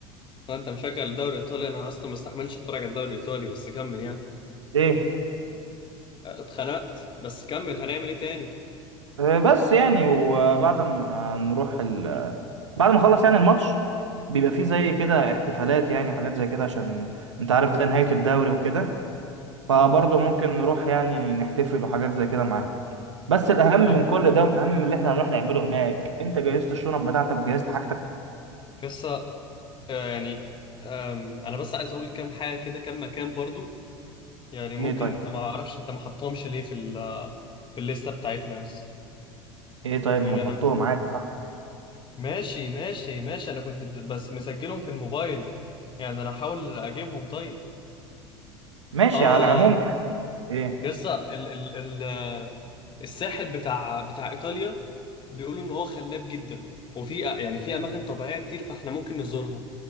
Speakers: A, on the left; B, on the right.
A: ما انت مشجع للدوري الايطالي انا اصلا ما استحملتش اتفرج على الدوري الايطالي بس كمل يعني
B: ايه
A: اه، اتخنقت بس كمل هنعمل ايه تاني
B: آه، بس يعني وبعد ما نروح ال... بعد ما نخلص يعني الماتش بيبقى فيه زي كده احتفالات يعني وحاجات زي كده عشان انت عارف ده نهاية الدوري وكده
A: امم
B: فبرضه ممكن نروح يعني نحتفل وحاجات زي كده معاهم بس الأهم من
A: طب
B: كل ده ومن أهم من اللي احنا هنروح نعمله هناك انت جهزت الشنط بتاعتك جهزت حاجتك
A: قصة اه، يعني ام، انا بس عايز اقول كام حاجة كده كام مكان برضو يعني ممكن
B: ايه طيب
A: انت ما اعرفش انت ما حطهمش ليه في ال في الليستة بتاعتنا بس
B: ايه طيب
A: يعني
B: ما نحطهم
A: انا
B: عادي صح
A: ماشي ماشي ماشي انا كنت ب- بس مسجلهم في الموبايل يعني انا هحاول اجيبهم طيب
B: ماشي
A: اه
B: على العموم يعني ايه
A: لسه ال ال ال الساحل بتاع بتاع ايطاليا بيقولوا ان هو خلاب جدا وفي يعني في اماكن طبيعيه كتير فاحنا ممكن نزورها